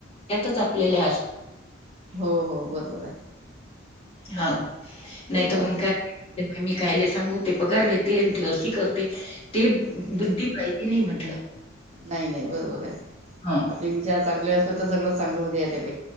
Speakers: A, on the left; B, on the right.
A: त्यातच आपल्याल्या
B: हो हो बरोबर आहे.
A: हो
B: करू
A: नाही तर मग
B: आ ते
A: काय. मी कायले सांगू ते पगार घेते आणि ते अशी करते
B: नाही
A: ते बुद्धी
B: नाही
A: पाहिजे नाही म्ह
B: नाही नाही बरोबर आहे
A: ह
B: आपले विचार चांगले असल तर सगळं चांगलं होते आत्या बाई.